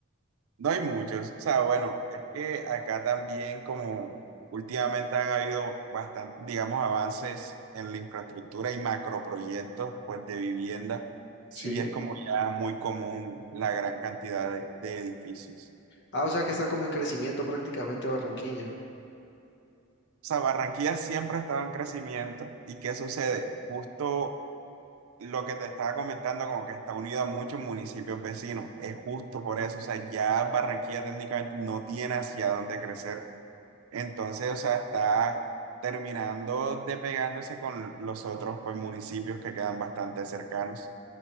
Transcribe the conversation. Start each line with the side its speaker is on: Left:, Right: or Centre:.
Right: no hay muchos. O sea, bueno, es que acá también como últimamente han habido bastante, digamos, avances en la infraestructura y macroproyectos, pues, de vivienda, sí
Left: Sí.
Right: es como ya muy común la gran cantidad de, de edificios.
Left: Ah, o sea que está como en crecimiento prácticamente Barranquilla.
Right: O sea, Barranquilla siempre ha estado en crecimiento. ¿Y qué sucede? Justo Lo que te estaba comentando, como que está unido a muchos municipios vecinos, es justo por eso, o sea, ya Barranquilla técnicamente no tiene hacia dónde crecer, entonces, o sea, está terminando de pegándose con los otros, pues, municipios que quedan bastante cercanos.